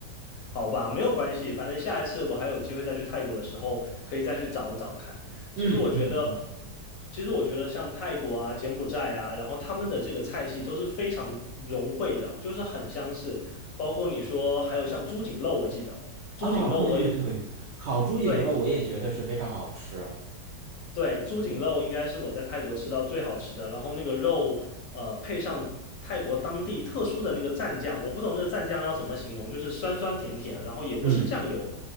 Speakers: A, on the left; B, on the right.
A: 好吧，没有关系，反正下一次我还有机会再去泰国的时候，可以再去找一找看。
B: 嗯，
A: 其实我觉得，
B: 嗯，
A: 其实我觉得像泰国啊、柬埔寨啊，然后他们的这个菜系都是非常融汇的，就是很相似。包括你说还有像猪颈肉，我记得猪颈肉我也。
B: 啊，对对对，烤猪颈肉我也觉得是非常好吃。
A: 对，对，猪颈肉应该是我在泰国吃到最好吃的，然后那个肉，呃，配上泰国当地特殊的那个蘸酱，我不懂那个蘸酱要怎么形容，就是酸酸甜甜，然后也不是酱油，
B: 嗯，